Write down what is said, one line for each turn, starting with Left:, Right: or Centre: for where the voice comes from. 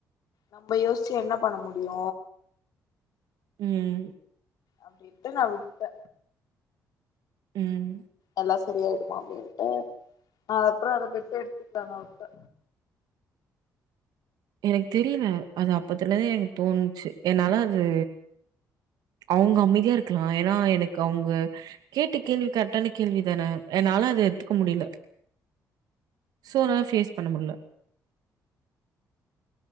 Left: நம்ப யோசிச்சு என்ன பண்ண முடியு
Right: ம்
Left: அப்டின்ட்டு நா விட்டே
Right: ம்
Left: எல்லா செரியாயிடுமா அப்டின்ட்டு அது அப்றோ அத பெருசா எடுத்துக்லா நா விட்டே
Right: எனக்கு தெரியல அது அப்பத்துலதே எனக்கு தோணுச்சு என்னால அது அவ்ங்க அமைதியா இருக்கலா ஏனா எனக்கு அவ்ங்க கேட்ட கேள்வி கரெக்டான கேள்வி தான என்னால அத எட்த்துக்க முடிய்ல சோ நா ஃபேஸ் பண்ண முட்ல